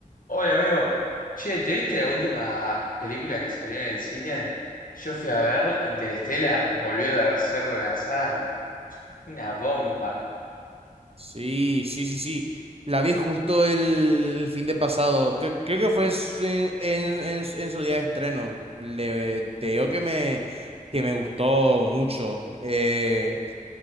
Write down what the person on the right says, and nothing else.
Sí, sí, sí, sí. La vi justo el, el fin de pasado. Cre- creo que fue en, su en- en- su en su día de estreno. Le, te digo que me, que me gustó mucho. Eh,